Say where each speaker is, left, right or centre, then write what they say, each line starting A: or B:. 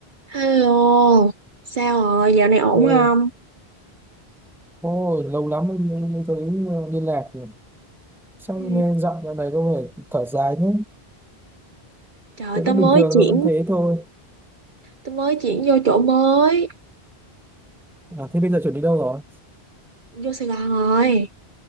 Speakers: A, on the right (about 50°); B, in the centre.
A: Hello, sao rồi, dạo này ổn
B: Ừ.
A: không?
B: Ôi, lâu lắm mới, mới, mới thấy ờ, liên lạc rồi. Sao
A: Ừ,
B: nghe giọng dạo này có vẻ thở dài thế?
A: trời,
B: Tôi vẫn
A: tao mới
B: bình thường
A: chuyển,
B: thôi, vẫn thế thôi.
A: tao mới chuyển vô chỗ mới,
B: À, thế bây giờ chuẩn đi đâu rồi?
A: vô Sài Gòn rồi.